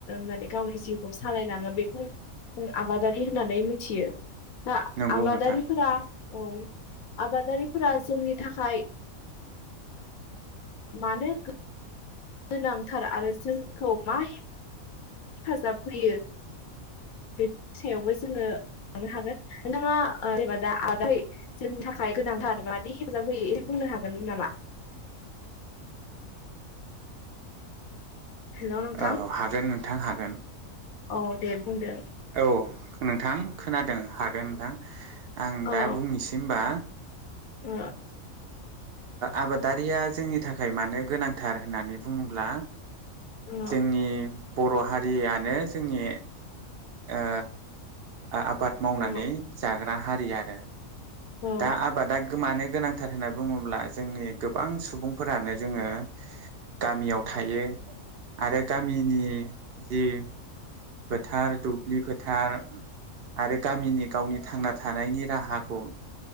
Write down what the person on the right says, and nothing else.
नंगौ
नोंथां
औ हागोन नोंथां हागोन। गोन
औ नोंथां खोनादों हागोन नोंथां। आं
दा बुंनिसै ओमबा
आबादारिया जोंनि थाखाय मानो गोनांथार होननानै बुङोब्ला
जोंनि बर' हारियानो जोंनि आ आबाद मावनानै
जाग्रा ना हारि आरो।
दा आबा दा गो मानो गोनांथार होनना बुंङोब्ला जोंनि गोबां सुबुंफोरानो जोंङो गामियाव थायो आरो गामिनि जि फोथार दुब्लि फोथार आरो गामिनि गावनि थांना थानायनि राहाखौ